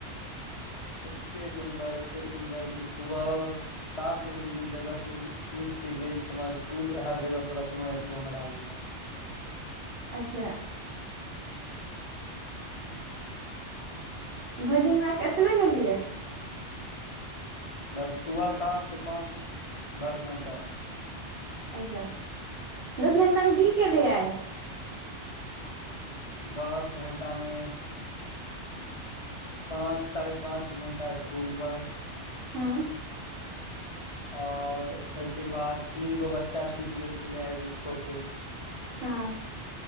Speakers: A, on the left (about 55°); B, on the right (about 60°).
A: एते सुन्दर एते सुन्दर की सुबहो सात बजे जे जगह से उठि के गेल छलो स्कुल वएह जगह पर एखनो आबिके ओंघरा गेलौ
B: अच्छा भैर दिनमे एतबे गेलियै
A: बस सुबह सात से पाँच दस घंटा
B: अच्छा दस घण्टामे की केलियै आय
A: दस घंटा मे पाँच साढ़े पाँच घंटा स्कूल पर
B: हँ
A: आओर ओहिके बाद तीन गो बच्चा छुटि गेल छले आय बिट्ठो के
B: हँ